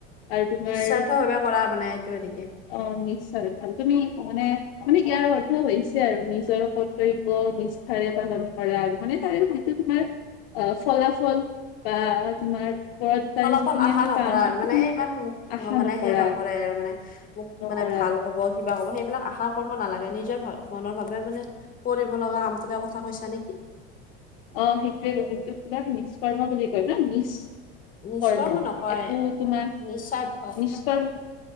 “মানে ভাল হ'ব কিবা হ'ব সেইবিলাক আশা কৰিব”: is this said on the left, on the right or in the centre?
Left